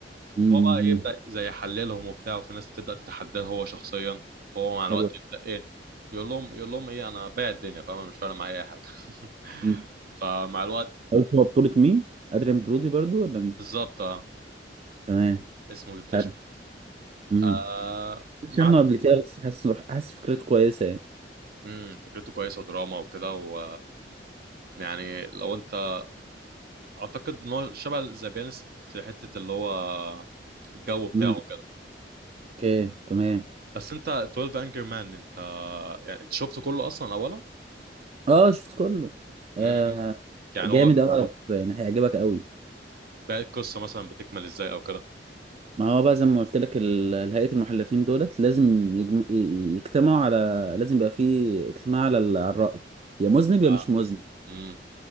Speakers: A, on the right; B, on the right.
A: مم.
B: فهو بقى
A: مم.
B: إيه، يبدا زي يحللهم وبتاع وفي ناس تبدا تتحداه هو شخصيا هو مع الوقت
A: حلو
B: يبدا ايه يقول لهم يقول لهم ايه انا بايع الدنيا فاهم أنا مش فارق معايا اي حاجه <laughs>
A: مم.
B: فمع الوقت
A: قلت هو بطولة مين؟ ادريان برودي برضو ولا مين؟
B: بالظبط اه
A: تمام
B: اسمه ديتاشمنت
A: حلو امم
B: آه
A: مش
B: مع
A: عنه قبل كده بس حاسس حاسس فكرته كويسة يعني
B: امم فكرته كويسه دراما وكده و يعني لو انت اعتقد ان هو شبه ذا بيانست في حته اللي هو الجو بتاعه
A: امم
B: كده
A: اوكي تمام
B: بس انت 12 انجر مان انت يعني انت شفته كله اصلا اولا
A: اه شفت كله آه
B: امم يعني
A: جامد
B: هو
A: قوي على فكرة يعني هيعجبك قوي
B: باقي القصة مثلا بتكمل ازاي او كده
A: ما هو بقى زي ما قلت لك ال- هيئة المحلفين دولت لازم يجم... ي- يجتمعوا على لازم يبقى في اجتماع على ال- على الرأي يا مذنب يا
B: اه
A: مش مذنب
B: امم